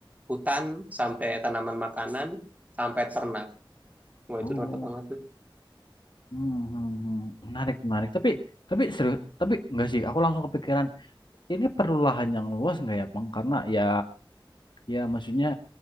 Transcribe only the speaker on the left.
Oh.
Hmm, hmm, hmm. Menarik, menarik. Tapi, tapi serius, tapi enggak sih. Aku langsung kepikiran, ini perlu lahan yang luas enggak ya, Bang? Karena ya, ya maksudnya